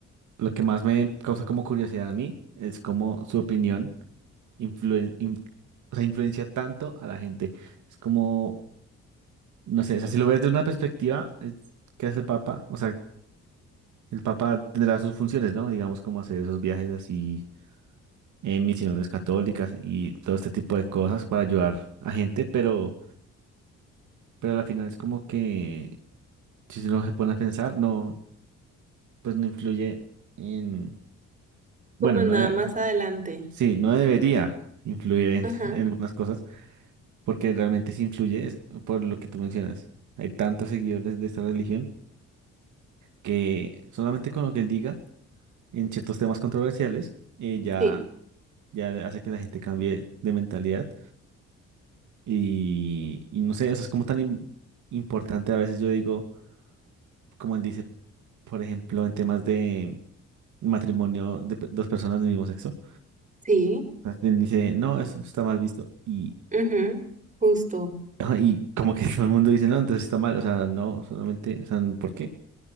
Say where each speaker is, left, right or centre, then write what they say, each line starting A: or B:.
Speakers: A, on the right; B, on the right.
A: lo que más me causa como curiosidad a mí es como su opinión. influen- in- o sea, influencia tanto a la gente. Es como, no sé, o sea, si lo ves de una perspectiva, es- ¿qué hace el Papa? O sea, el Papa tendrá sus funciones, ¿no? Digamos, como hacer esos viajes así en misiones católicas y todo este tipo de cosas para ayudar a gente, pero, pero al final es como que, si uno se pone a pensar, no, pues no influye en, bueno,
B: Como
A: no,
B: nada
A: de-
B: más adelante.
A: sí, no debería influir en
B: Ajá,
A: en algunas cosas. porque realmente sí influye es- por lo que tú mencionas. Hay tantos seguidores de esta religión que solamente con lo que él diga en ciertos temas controversiales eh, ya,
B: sí,
A: ya hace que la gente cambie de mentalidad y, y no sé, o sea, es como tan im- importante a veces yo digo, como él dice, por ejemplo, en temas de matrimonio de pe- dos personas del mismo sexo,
B: sí,
A: o sea, él dice, no, eso está mal visto y,
B: ujú, justo.
A: <laughs> y como que todo el mundo dice, no, entonces está mal, o sea, no, solamente, o sea, ¿por qué?